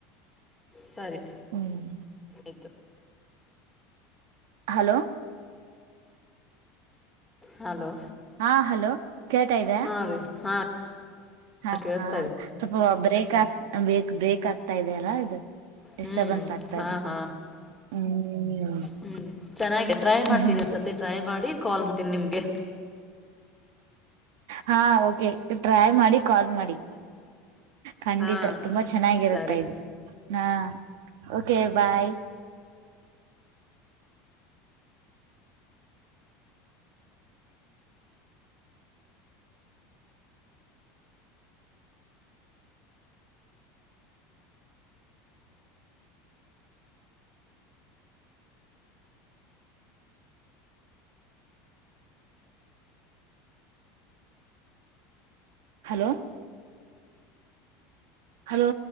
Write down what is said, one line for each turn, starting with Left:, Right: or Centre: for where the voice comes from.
Centre: ಸರಿ
Right: ಹ್ಮ್
Centre: ಆಯ್ತು.
Right: ಹಲೋ.
Centre: ಹಲೋ.
Right: ಹಾ ಹಲೋ. ಕೇಳ್ತಾ ಇದದೆ
Centre: ಹಾಂ ರೀ ಹಾಂ
Right: ಹ
Centre: ಕೇಳಿಸ್ತಾ ಇದೆ
Right: ಸ್ವಲ್ಪ ಬ್ರೇಕ್. ಬೇಕಕ್ ಬೇಕಾಗ್ತಾ ಇದದೆ ಅಲ್ಲಾ ಇದು. ಡಿಸ್ಟರ್ಬೆನ್ಸ್
Centre: ಹ್ಮ್
Right: ಆಗ್ತಾ
Centre: ಹಾ
Right: ಇದೆ
Centre: ಹಾ
Right: ಹ್ಮ್
Centre: ಹ್ಮ್ ಚೆನ್ನಾಗಿ ಟ್ರೈ ಮಾಡ್ತೀನಿ
Right: ಹ್ಮ್
Centre: ಸತಿ ಟ್ರೈ ಮಾಡಿ. ಕಾಲ್ ಮಾಡ್ತೀನಿ ನಿಮ್ಗೆಹ
Right: ಹಾ ಓಕೆ ಟ್ರೈ ಮಾಡಿ ಕಾಲ್ ಮಾಡಿ. ಖಂಡಿತ
Centre: ಹಾಂ
Right: ತುಂಬಾ ಚೆನ್ನಾಗಿರುತ್ತಾ
Centre: ಸರಿ
Right: ಇದು. ಹಾ ಓಕೆ ಬಾಯ್. ಹಲೋ. ಹಲೋ.